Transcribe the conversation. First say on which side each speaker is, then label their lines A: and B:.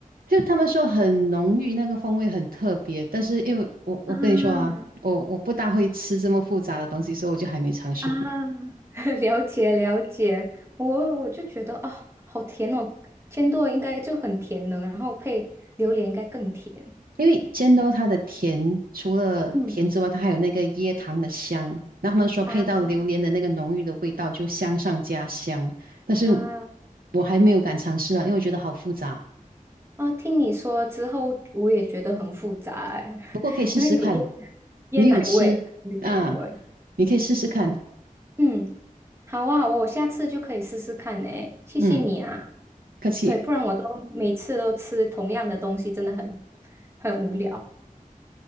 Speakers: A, on the right; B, on the right.
A: 就他们说很浓郁，那个风味很特别。但是因为我我跟你说啊，
B: 啊
A: 我我不大会吃这么复杂的东西，所以我就还没尝试过。
B: 啊，<laughs> 了解了解，我我就觉得哦，好甜哦，千朵应该就很甜呢，然后配榴莲应该更甜。
A: 因为煎豆它的甜，除了甜之外，
B: 嗯
A: 它还有那个椰糖的香。那他们说配到榴莲的那个浓郁的味道，
B: 啊
A: 就香上加香。但是
B: 啊
A: 我还没有敢尝试啊，因为我觉得好复杂。
B: 啊！听你说之后，我也觉得很复杂哎，
A: 不过可以试试看，
B: <laughs> 因为有椰椰奶味、
A: 你有吃啊？
B: 榴莲味。
A: 你可以试试看。
B: 嗯，好啊好啊，我下次就可以试试看呢，谢谢你啊。
A: 嗯，客气。
B: 对，不然我都每次都吃同样的东西，真的很很无聊，